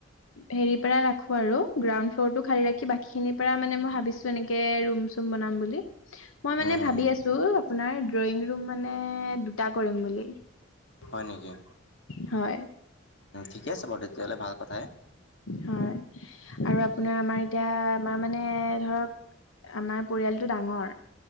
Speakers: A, on the left; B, on the left.
A: হেৰি পৰা ৰাখো আৰু গ্ৰাউণ্ড ফ্ল'ৰ টো খালি ৰাখি বাকী খিনিৰ পৰা মানে মই ভাবিছো এনেকে ৰুম চুম বনাম বুলি মই মানে
B: উম
A: ভাবি আছো আপোনাৰ ড্ৰয়িং ৰুম মানে দুটা কৰিম বুলি
B: হয় নেকি
A: হয়
B: ঠিকে আছে বাৰু তেতিয়াহ'লে ভাল কথাহে
A: হয় আৰু আপোনাৰ আমাৰ এতিয়া আমাৰ মানে ধৰক আমাৰ পৰিয়ালটো ডাঙৰ